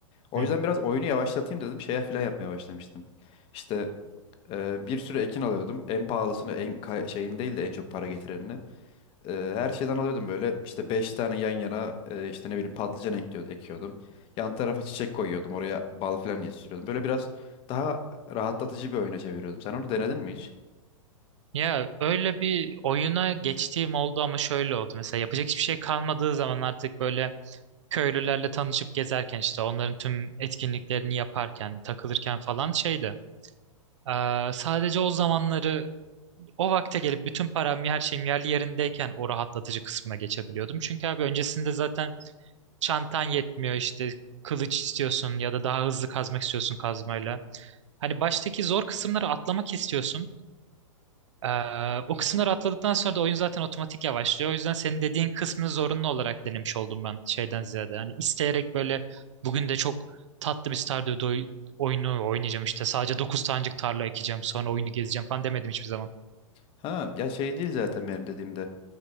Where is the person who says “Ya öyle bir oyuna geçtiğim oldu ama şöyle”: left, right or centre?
Right